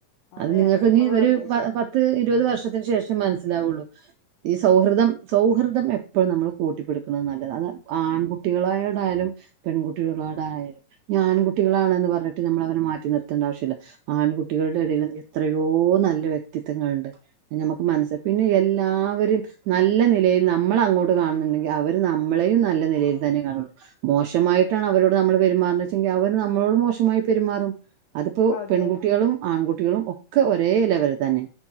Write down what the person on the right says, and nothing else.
അത് നിങ്ങൾക്ക്
ഇനി ഒരു
പ
പത്ത് ഇരുപത് വർഷംത്ത് ത്തിന് ശേഷം മനസ്സിലാവുള്ളു ഈ സൗഹൃദം സൗഹൃദം എപ്പോഴും നമ്മള് കൂട്ടിപ്പിടുക്ക്ണെ നല്ലതാ അത് ആൺകുട്ടികളോടായാലും പെൺകുട്ടികളോടായാലും ഇഞ്ഞ് ആൺകുട്ടികളാണെന്ന് പറഞ്ഞിട്ട് നമ്മൾ അവനെ മാറ്റി നിർത്തണ്ട ആവശ്യല്ല ആൺകുട്ടികളുടെ എടയിലും എത്രയോ നല്ല വ്യക്തിത്വങ്ങൾണ്ട് ഞമ്മക്ക് മൻസ പിന്നെ എല്ലാവരും നല്ല നിലയിൽ നമ്മള് അങ്ങോട്ട് കാണുന്നുണ്ടെങ്കിൽ അവര് നമ്മളെയും നല്ല നിലയിൽ തന്നെ കാണുള്ളൂ മോശമായിട്ടാണ് അവരോട് നമ്മള് പെരുമാർണേച്ചെങ്കി അവര് നമ്മളോടും മോശമായി പെരുമാറും അതിപ്പോ
പെൺകുട്ട്യാളും ആൺകു കുട്ട്യാളും ഒക്കെ ഒരേ ലെവല് തന്നെ